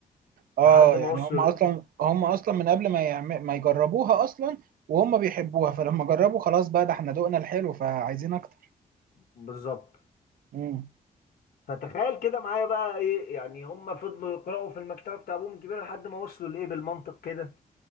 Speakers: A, on the right; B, on the left.
A: اه
B: لحد ما
A: يعني
B: وصلوا
A: هم اصلا
B: ل-
A: هم اصلا من قبل ما يعم... ما يجربوها اصلا وهم بيحبوها فلما جربوا خلاص بقى ده احنا ذوقنا الحلو فعايزين اكتر
B: بالظبط <laughs>
A: امم
B: فتخيل كده معايا بقى ايه يعني هم فضلوا يقرأوا في المكتبة بتاع ابوهم الكبير لحد ما وصلوا لايه بالمنطق كده